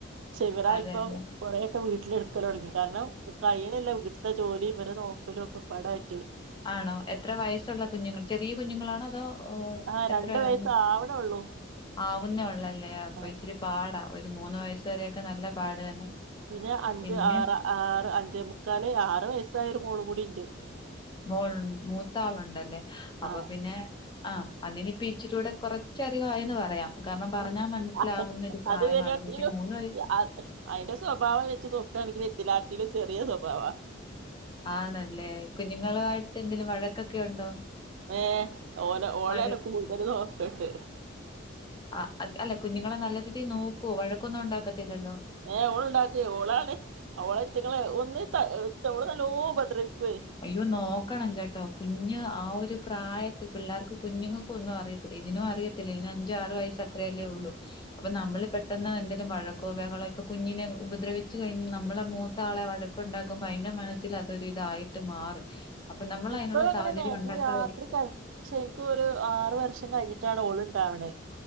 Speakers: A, on the right; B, on the left.
A: ശിവരായ്
B: അതെല്ലേ
A: കൊറേക്കെ വീട്ട്ല് ഇട്ക്കലൊടങ്ങി കാര്ണം കയ്യ്ണില്ല വീട്ട്ത്തെ ജോലിം ഇവരെ നോക്കലും ഒക്ക പടായിട്ടെ
B: ആണോ എത്ര വയസ്സുള്ള കുഞ്ഞുങ്ങൾ ചെറീ കുഞ്ഞുങ്ങളാണൊ അതോ ഓഹ്‌
A: ആഹ്
B: എത്രേണ്
A: രണ്ട് വയസ്സ് ആവണൊള്ളൂ
B: ആവുന്നെ ഉള്ളല്ലെ അപ
A: ആഹ്
B: ഇച്ചിരി പാട ഒരു മൂന്ന് വയസ് വരെയൊക്കെ നല്ല പാട് തന്നെ
A: പിന്നെ അഞ്ച്
B: പിന്നെ
A: ആറ് ആറ് അഞ്ചേ മുക്കാല് ആറ് വയസ്സായ ഒരു മോളും കൂടിണ്ട്
B: മോൾ മൂത്താളുണ്ടല്ലെ അപ്പൊ
A: ആഹ്
B: പിന്നെ ആഹ്‌ അതിനിപ്പ ഇച്ചിരൂടെ കൊറച്ചറിവായന്ന് പറയാം കാര്ണം പർഞ്ഞാ
A: ഉം.
B: മനസ്സിലാവ്ന്നൊര്
A: അ-
B: പ്രായമാണ്
A: അത് വല്ലോട്ടിലും
B: പക്ഷെ മൂന്ന് വയസ്
A: അ- അയിന്റെ സ്വഭാവം വെച്ച് നോക്കാണെങ്കിൽ ഇതിലാട്ടിലും ചെറിയ സ്വഭാവ
B: ആണല്ലേ കുഞ്ഞുങ്ങളുവായിട്ട് എന്തെലും വഴക്കൊക്കെ ഉണ്ടോ?
A: ഏഹ് ഓല ഓലാണ്
B: വഴ
A: കൂട്തല് നോക്കണ്ടെ
B: ആഹ് അ അല്ല കുഞ്ഞുങ്ങളെ നല്ല രീതിയി നോക്കൊ വഴക്കൊന്നും ഉണ്ടാക്കത്തില്ലല്ലൊ?
A: ഏഹ് ഓള്ണ്ടാക്കെ ഓളാണ് ഓള് അയ്റ്റങ്ങളെ ഒന്ന് ത ഓള് നല്ലൊ ഉപദ്രവിക്ക്യെ
B: അയ്യോ നോക്കണം കെട്ടൊ കുഞ്ഞ് ആഹ് ഒരു പ്രായത്തി പിള്ളാർക്ക് കുഞ്ഞുങ്ങക്ക് ഒന്നും അറി ഇതിനും അറിയത്തില്ല ഇതിന് അഞ്ച് ആറ് വയസ് അത്രേയല്ലെ ഉള്ളു അപ്പൊ നമ്മള് - പെട്ടെന്ന് എന്തെങ്കിലും വഴക്കൊ ബഹളൊ ഇപ്പ കുഞ്ഞിനെ ഉപദ്രവിച്ച് കയിഞ്ഞ് നമ്മളെ മൂത്ത ആളെ വഴക് ഉണ്ടാക്കുമ്പൊ അയിന്റെ മനസ്സില് അതൊര് ഇതായിട്ട് മാറും അപ്പൊ നമ്മള്
A: ഇപ്പഴും
B: അയ്നുള്ള
A: അങ്ങനെ
B: സാഹചര്യം
A: തന്നെ ഇന്ന്
B: ഉണ്ടാക്കാതിരിക്ക
A: രാത്രി കെ- പക്ഷെ ഇൻക്ക് ഒരു ആറു വർഷം കയിഞ്ഞിട്ടാണ് ഓള്ണ്ടാവ്ണെ